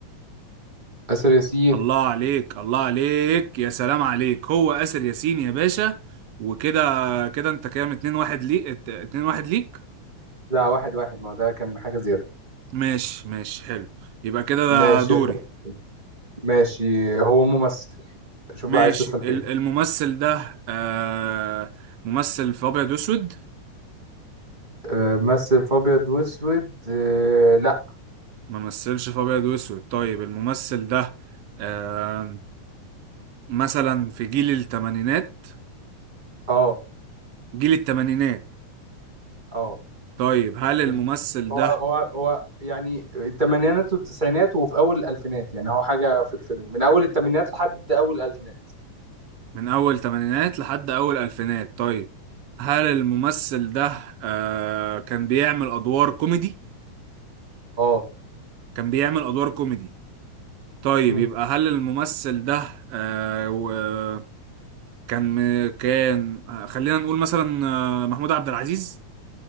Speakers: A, on the right; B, on the right.
A: آسر ياسين
B: الله عليك الله عليك يا سلام عليك هو آسر ياسين يا باشا وكده كده أنت كام اتنين واحد ليك ات- اتنين واحد ليك
A: لا واحد واحد ما هو ده كان حاجة زيادة
B: ماشي ماشي حلو يبقى كده
A: ماشي
B: ده دوري
A: خد ماشي هو ممثل شوف
B: ماشي
A: بقى عايز تسأل في
B: ال-
A: ايه
B: الممثل ده آه ممثل في أبيض وأسود
A: آه، مثل في ابيض واسود آه، لا
B: ما مثلش في أبيض وأسود طيب الممثل ده آه مثلا في جيل الثمانينات
A: اه
B: جيل التمانينات
A: اه
B: طيب هل
A: في
B: الممثل
A: ال... هو
B: ده
A: هو هو يعني الثمانينات والتسعينات وفي اول الالفينات يعني هو حاجة في الفيلم من اول الثمانينات لحد اول الالفينات
B: من أول تمانينات لحد أول ألفينات طيب هل الممثل ده آه كان بيعمل أدوار كوميدي
A: اه
B: كان بيعمل أدوار كوميدي طيب
A: امم
B: يبقى هل الممثل ده آه و- كان م- كان آه، خلينا نقول مثلا آه، محمود عبد العزيز